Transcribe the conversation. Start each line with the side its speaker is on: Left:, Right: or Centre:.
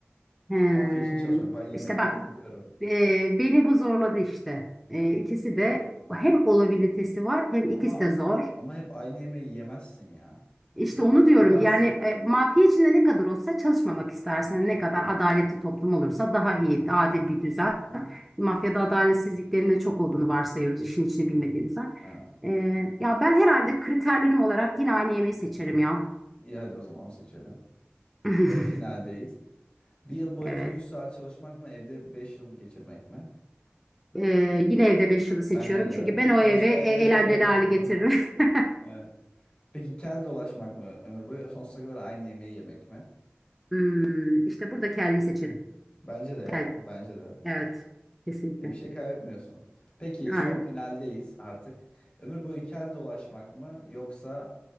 Centre: Ee,
Left: Mafya için çalışmak. Ben yemekleri
Centre: işte bak
Left: seviyorum.
Centre: e, beni bu zorladı işte. E, ikisi de hem olabilitesi var hem ikisi
Left: Ama
Centre: de zor.
Left: ama hep aynı yemeği yemezsin ya. Bu,
Centre: İşte onu diyorum
Left: bıkarsın.
Centre: yani e, mafya içinde ne kadar olsa çalışmamak istersen ne kadar adaletli toplum olursa daha iyi, adil bir düzen.
Left: Hı hı.
Centre: Mafyada adaletsizliklerin de çok olduğunu varsayıyoruz işin içini bilmediğimizden.
Left: Ha,
Centre: Ee, ya ben herhalde kriterlerim olarak yine aynı yemeği seçerim ya.
Left: iyi hadi o zaman onu seçelim.
Centre: <laughs>
Left: Yarı finaldeyiz. Bir yıl boyunca
Centre: Evet.
Left: 100 saat çalışmak mı? Evde 5 yıl geçirmek mi?
Centre: Ee, yine evde 5 yılı seçiyorum.
Left: Bence de.
Centre: Çünkü ben o
Left: Çalışmaya
Centre: eve e,
Left: gerek
Centre: eğlenceli
Left: yok.
Centre: hale
Left: <laughs>
Centre: getiririm. <laughs>
Left: Evet. Peki kel dolaşmak mı ömür boyu? Sonsuza kadar aynı yemeği yemek mi?
Centre: Hmm, işte burada kelleyi seçerim.
Left: Bence de
Centre: Kel,
Left: ya. Bence de.
Centre: evet. Kesinlikle.
Left: Ya bir şey kaybetmiyorsun. Peki
Centre: Yani
Left: son finaldeyiz artık. Ömür boyu kel dolaşmak mı yoksa